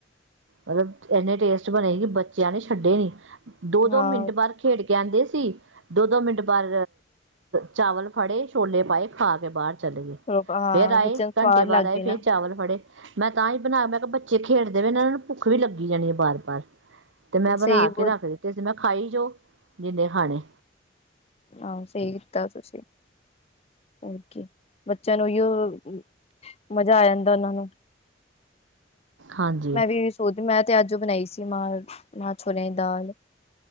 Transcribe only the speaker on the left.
ਹਾਂ
ਥੋੜਾ- ਹਾਂ
ਬੱਚਿਆਂ ਨੂੰ
ਸਵਾਦ
ਲੱਗ
ਗਏ
ਨਾ
ਸਹੀ
ਬਹੁਤ
ਆਹੋ ਸਹੀ ਕੀਤਾ ਤੁਸੀਂ। ਓਕੇ, ਬੱਚਿਆਂ ਨੂੰ ਇਓ, ਮਜ਼ਾ ਆ ਜਾਂਦਾ ਉਹਨਾਂ ਨੂੰ
ਮੈਂ ਵੀ ਮੈਂ ਤੇ ਅੱਜ ਬਣਾਈ ਸੀ। ਮਾਹ-ਮਾਹ ਛੋਲਿਆਂ ਦੀ ਦਾਲ।